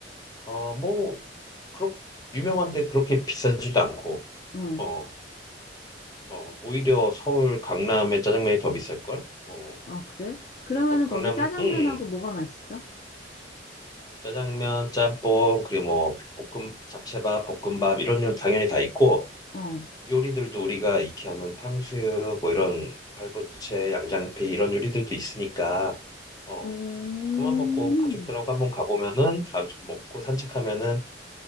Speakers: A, on the left; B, on the left.
A: 어 뭐 그렇 유명한데 그렇게 비싸지도 않고
B: 어.
A: 어 어 오히려 서울 강남의 짜장면이 더 비쌀 걸. 어
B: 아, 그래? 그러면은
A: 그러니까 강남
B: 거기 짜장면하고
A: 음
B: 뭐가 맛있어?
A: 짜장면, 짬뽕, 그리고 뭐 볶음 잡채밥, 볶음밥 이런 요 당연히 다 있고
B: 어,
A: 요리들도 우리가 익히 하는 탕수육 뭐 이런 발부채, 양장피 이런 요리들도 있으니까 어
B: 음.
A: 그만 먹고 가족들하고 한번 가보면은 가 먹고 산책하면은